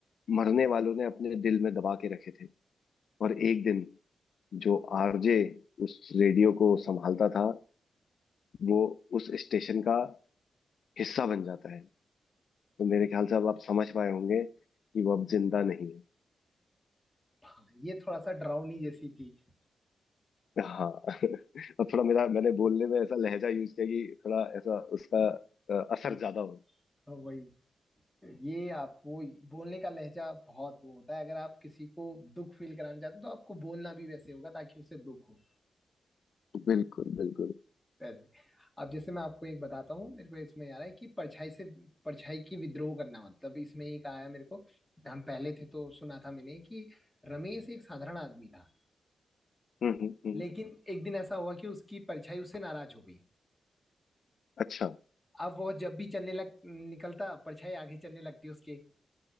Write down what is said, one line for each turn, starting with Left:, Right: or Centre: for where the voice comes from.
Left: मरने वालों ने अपने दिल में दबा के रखे थे और एक दिन जो आरजे उस रेडियो को संभालता था वो उस स्टेशन का हिस्सा बन जाता है तो मेरे ख्याल से अब आप समझ पाए होंगे कि वो अब जिंदा नहीं है।
Centre: हाँ ये थोड़ा सा डरावनी जैसी थी
Left: हाँ <laughs> और थोड़ा मेरा मैंने बोलने में ऐसा लहजा यूज किया कि थोड़ा ऐसा उसका अ, असर
Centre: वही
Left: ज्यादा हो
Centre: हाँ, वही ये आप वो बोलने का लहजा बहुत वो होता है अगर आप किसी को दुख फील कराना चाहते हो तो आपको बोलना भी वैसे होगा ताकि उसे दुख हो
Left: बिल्कुल बिल्कुल
Centre: वैसे अब जैसे मैं आपको एक बताता हूँ मेरे को इसमें आ रहा है कि परछाई से परछाई की विद्रोह करना मतलब इसमें एक आया मेरे को हम पहले थे तो सुना था मैंने कि रमेश एक साधारण आदमी था
Left: हम्म हम्म हम्म।
Centre: लेकिन एक दिन ऐसा हुआ कि उसकी परछाई उससे नाराज हो गई
Left: अच्छा
Centre: अब वो जब भी चलने लग निकलता परछाई आगे चलने लगती उसके